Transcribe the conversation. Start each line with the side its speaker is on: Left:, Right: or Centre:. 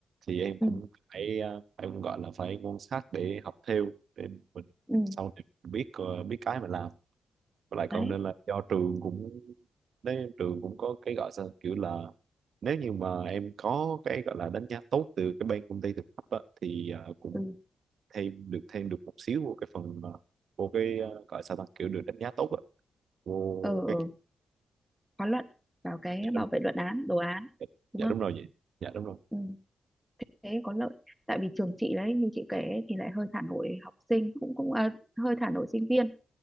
Right: thì em cũng
Centre: ừ
Right: phải uh, em cũng gọi là phải quan sát để học theo để mình
Centre: ừ
Right: sau này biết uh, biết cái mà làm và lại cộng
Centre: đấy
Right: nên là do trường cũng đấy trường cũng có cái gọi sao kiểu là nếu như mà em có cái gọi là đánh giá tốt từ cái bên công ty thực tập á, thì ờ, cũng
Centre: ừ
Right: thêm được thêm được một xíu của cái phần ờ, của cái ờ, gọi sao ta kiểu được đánh giá tốt á, vô
Centre: ờ ừ,
Right: cái
Centre: khóa luận vào cái
Right: dạ đúng,
Centre: bảo vệ luận án đồ án
Right: dạ
Centre: đúng
Right: dạ
Centre: không
Right: đúng rồi vậy dạ đúng rồi
Centre: ừ thế có lợi tại vì trường chị đấy như chị kể ấy, thì lại hơi thả nổi học sinh cũng cũng à, hơi thả nổi sinh viên